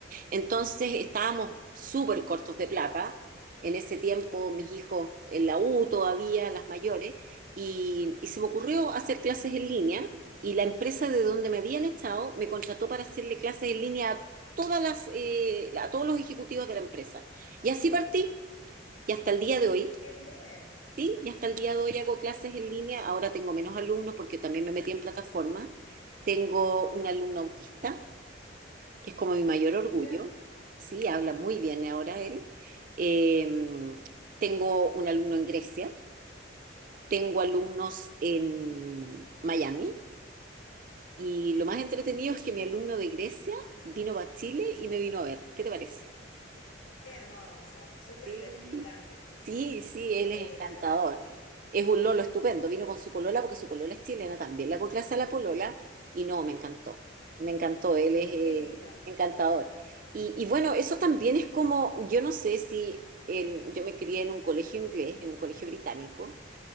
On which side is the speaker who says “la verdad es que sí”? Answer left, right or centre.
Left